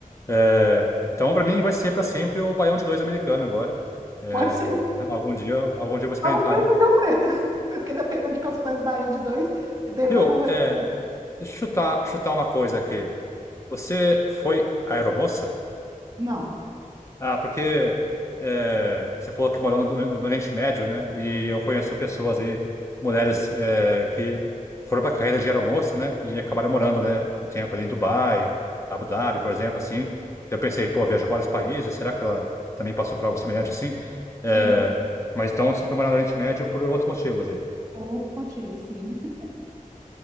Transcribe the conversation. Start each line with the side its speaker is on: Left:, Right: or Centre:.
Left: É, então para mim vai ser para sempre o baião de dois americano agora. É,
Right: pode ser.
Left: algum dia, algum dia eu vou experimentar
Right: Só não tem
Left: aí.
Right: o feijão preto. <laughs> Porque dependendo de quando você faz baião de dois, ele leva
Left: Viu?
Right: o...
Left: É, deixa eu chutar, chutar uma coisa aqui. Você foi aeromoça?
Right: Não.
Left: Ah, porque é, você falou que morou no, no- Oriente Médio, né? E eu conheço pessoas aí, mulheres é, que foram para a carreira de aeromoça, né? E acabaram morando, né? Um tempo ali em Dubai, Abu Dhabi, por exemplo, assim. Então eu pensei, pô, viajou vários países, será que ela também passou por algo semelhante assim? É,
Right: Não.
Left: mas então você foi morar no Oriente Médio por outros motivos aí.
Right: Por outro motivo, sim. <laughs>